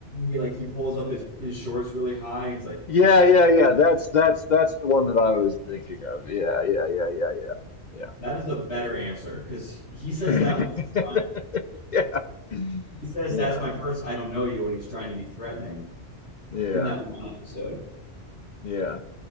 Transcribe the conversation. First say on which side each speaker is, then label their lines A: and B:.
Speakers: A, on the left; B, on the left.
A: he like he pulls up his his shorts really high and he's like,
B: yeah, yeah, yeah. That's that's that's the one that I was thinking of. Yeah, yeah, yeah, yeah, yeah, yeah.
A: "That is a better answer," because he
B: <laughs>
A: says that when. he's
B: Yeah.
A: He says,
B: Yeah.
A: That's my purse. I don't know you when he's trying to be threatening
B: Yeah.
A: in that one episode.
B: Yeah.